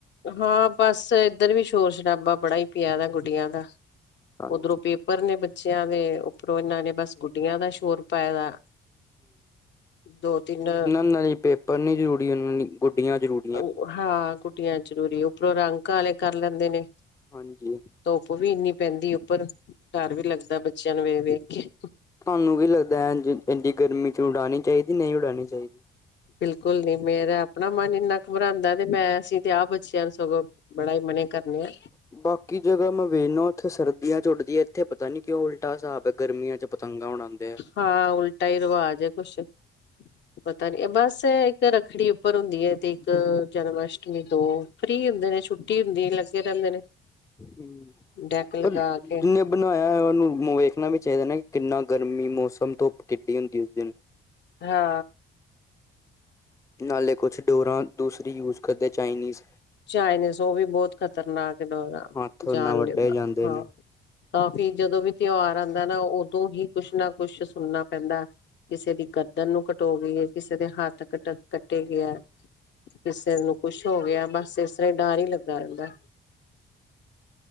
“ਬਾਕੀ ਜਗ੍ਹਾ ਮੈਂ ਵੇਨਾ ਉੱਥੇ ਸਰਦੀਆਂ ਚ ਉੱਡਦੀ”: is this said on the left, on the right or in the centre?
Left